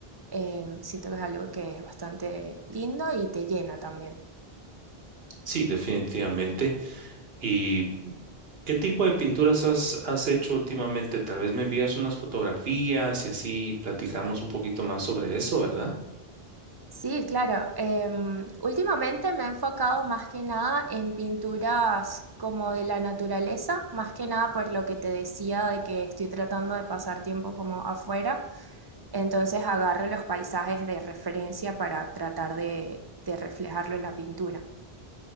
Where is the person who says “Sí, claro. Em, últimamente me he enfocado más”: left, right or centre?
Right